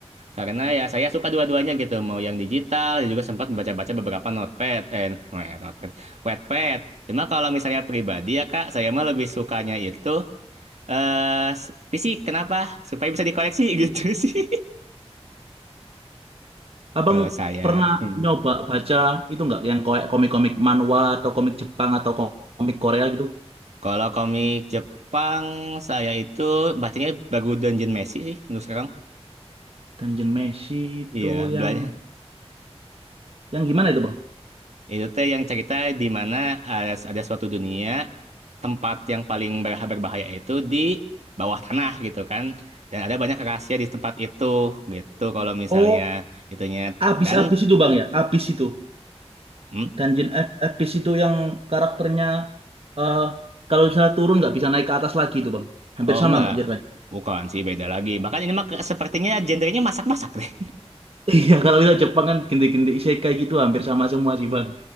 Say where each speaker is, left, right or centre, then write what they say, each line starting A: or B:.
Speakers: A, on the right (about 85°); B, on the right (about 60°).
A: Karena ya saya suka dua-duanya gitu, mau yang digital dan juga sempat baca-baca beberapa notepad eh no, eh, notepad, Wattpad. Cuma kalau misalnya pribadi ya Kak, saya mah lebih sukanya itu eh s- fisik. Kenapa? Supaya bisa dikoleksi <laughs> gitu sih.
B: Abang
A: Kalau saya,
B: pernah
A: hmm.
B: nyoba baca itu nggak yang kayak komik-komik manhwa atau komik Jepang atau komik Korea gitu?
A: Kalau komik Jepang saya itu bacanya baru Dungeon Messi sih menurut sekarang.
B: Dungeon Meshi itu
A: Iya, bela-
B: yang yang gimana itu Bang?
A: Itu teh yang cerita di mana ada, ada suatu dunia tempat yang paling berha- berbahaya itu di bawah tanah gitu kan. Dan ada banyak rahasia di tempat itu gitu kalau misalnya
B: Oh,
A: itunya
B: abis-abis
A: dan
B: itu Bang ya, abis itu.
A: hmm?
B: Dungeon ab- abis itu yang karakternya eh kalau misalnya turun nggak bisa naik ke atas lagi itu Bang. Hampir
A: Oh
B: sama
A: enggak,
B: nggak cerita?
A: bukan sih beda lagi. Bahkan ini mah ke- sepertinya gendernya masak-masak deh.
B: Iya, <laughs> kalau kita Jepang kan gende-gende isekai gitu hampir sama semua sih bang.